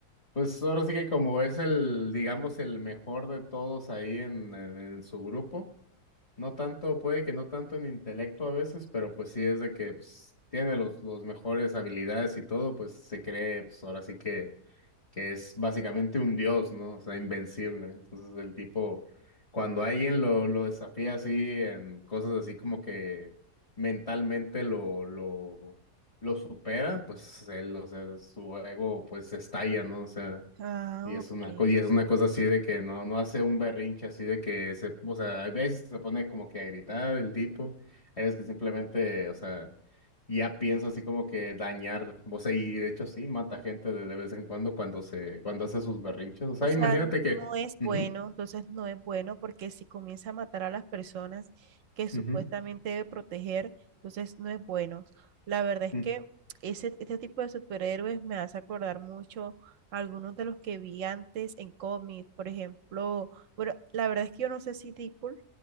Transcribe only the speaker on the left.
pues ahora sí que como es el, digamos, el mejor de todos ahí en, en, en su grupo, no tanto, puede que no tanto en intelecto a veces, pero pues sí es de que pues, tiene los, los mejores habilidades y todo, pues se cree, pues ahora sí que que es básicamente un dios, ¿no? O sea, invencible. Entonces el tipo, cuando alguien lo, lo desafía así en cosas así como que mentalmente lo, lo supera, pues él, o sea, su ego pues estalla, ¿no? O sea,
y
es una, co- y es una cosa así de que no, no hace un berrinche así de que se, o sea, hay veces que se pone como que a gritar el tipo, hay veces que simplemente, o sea, ya pienso así como que dañar, o sea, y de hecho sí, mata gente de, de vez en cuando cuando se, cuando hace sus berrinches, o sea,
imagínate que,
ujú,
ujú,
mm,